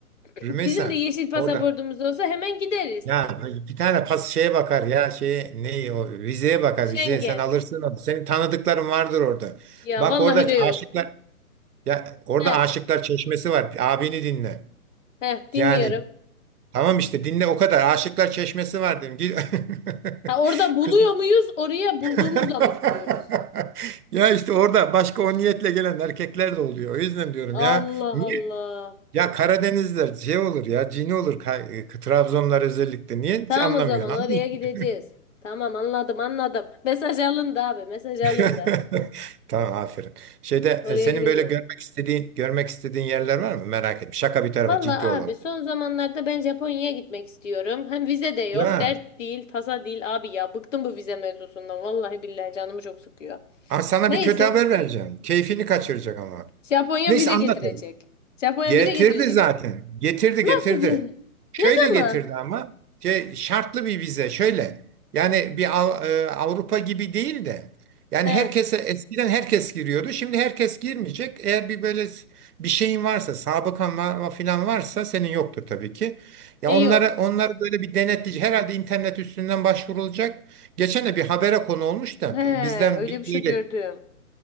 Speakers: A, on the left; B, on the right.
A: <clears throat>
B: Rümeysa
A: bizim de yeşil pasaportumuz
B: orada.
A: olsa hemen gideriz.
B: Ya bir tane pas şeye bakar ya şeye ne o vizeye bakar
A: Schengen.
B: vizeye sen alırsın onu. Senin tanıdıkların vardır orada.
A: Ya
B: Bak
A: vallahi
B: orada
A: de yok.
B: aşıklar ya orada
A: He,
B: aşıklar çeşmesi var. Abini dinle.
A: he dinliyorum.
B: Yani tamam işte dinle o kadar. Aşıklar çeşmesi var dedim. Git. <laughs>
A: Ha, orada buluyor
B: Kız.
A: muyuz? Oraya
B: <laughs>
A: bulduğumuzla mı gidiyoruz?
B: Ya işte orada başka o niyetle gelen erkekler de oluyor. O yüzden diyorum
A: Allah
B: ya. Niye?
A: Allah.
B: Ya Karadenizler şey olur ya cini olur Ka- Trabzonlar özellikle. Niye
A: Tamam
B: anlamıyorsun?
A: o zaman oraya
B: Anlıyorsun.
A: gideceğiz. Tamam anladım anladım. Mesaj alındı abi mesaj alındı.
B: <laughs> Tamam aferin. Şeyde
A: Oraya
B: e, senin
A: gideceğiz.
B: böyle görmek istediğin görmek istediğin yerler var mı? Merak etme. Şaka bir tarafa
A: Valla
B: ciddi olalım.
A: abi son zamanlarda ben Japonya'ya gitmek istiyorum. Hem vize de yok.
B: Ya.
A: Dert değil, tasa değil abi ya. Bıktım bu vize mevzusundan. Vallahi billahi canımı çok sıkıyor.
B: Aa, sana
A: Neyse.
B: bir kötü haber vereceğim. Keyfini kaçıracak ama.
A: Japonya
B: Neyse
A: vize
B: anlat.
A: getirecek. Japonya
B: Getirdi
A: vize getirecek.
B: zaten. Getirdi
A: Nasıl
B: getirdi.
A: gel?
B: Şöyle
A: Ne zaman?
B: getirdi ama şey, şartlı bir vize şöyle. Yani bir Av- e, Avrupa gibi değil de yani
A: He.
B: herkese eskiden herkes giriyordu. Şimdi herkes girmeyecek. Eğer bir böyle s- bir şeyin varsa, sabıkan va- falan varsa senin yoktur tabii ki. Ya
A: E
B: onlara
A: yok.
B: onları böyle bir denetleyici herhalde internet üstünden başvurulacak. Geçen de bir habere konu olmuş da
A: He,
B: bizden
A: öyle
B: birileri
A: bir şey gördüm.